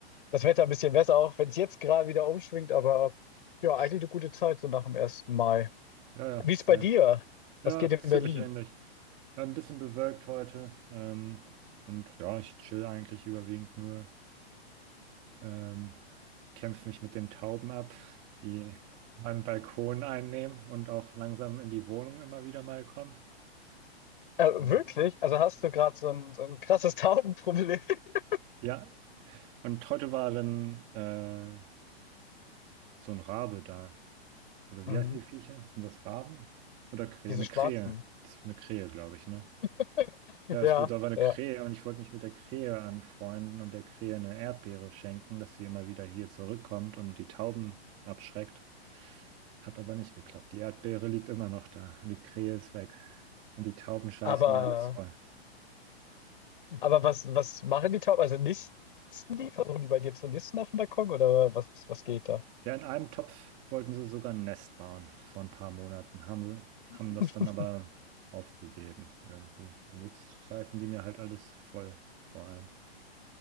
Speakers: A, on the left; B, on the right.
A: das Wetter ein bisschen besser, auch wenn es jetzt gerade wieder umschwingt, aber ja, eigentlich
B: Sch-
A: eine gute Zeit so nach dem ersten Mai.
B: ja, ja,
A: Wie
B: same.
A: ist bei dir?
B: Ja,
A: Was geht in
B: ziemlich
A: Berlin?
B: ähnlich. Äh, Ein bisschen bewölkt heute. Ähm, und ja, ich chill eigentlich überwiegend nur. Ähm, kämpfe mich mit den Tauben ab, die meinen Balkon einnehmen und auch langsam in die Wohnung immer wieder mal kommen.
A: Äh, wirklich?
B: Ja,
A: Also hast du gerade so ein, so ein krasses Taubenproblem? <laughs>
B: Ja, und heute war dann äh, so ein Rabe da. Oder
A: Mhm.
B: wie heißen die Viecher? Sind das Raben? Oder Krähe?
A: Diese
B: Eine
A: schwarzen.
B: Krähe. Das ist eine Krähe, glaube ich, ne?
A: <laughs>
B: Ja,
A: Ja,
B: es, da war eine
A: ja.
B: Krähe und ich wollte mich mit der Krähe anfreunden und der Krähe eine Erdbeere schenken, dass sie immer wieder hier zurückkommt und die Tauben abschreckt. Hat aber nicht geklappt. Die Erdbeere liegt immer noch da und die Krähe ist weg. Und die Tauben scheißen
A: Aber,
B: mir alles voll.
A: aber was, was machen die Tauben? Also nisten die? Versuchen die bei dir zu nisten auf dem Balkon oder was, was geht da?
B: Ja, in einem Topf wollten sie sogar ein Nest bauen vor ein paar Monaten. Haben sie,
A: <laughs>
B: haben das dann aber aufgegeben irgendwie. Und jetzt scheißen die mir halt alles voll, vor allem.